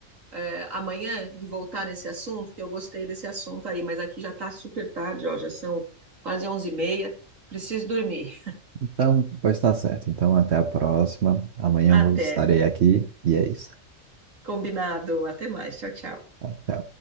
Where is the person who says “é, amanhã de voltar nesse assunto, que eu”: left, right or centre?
Right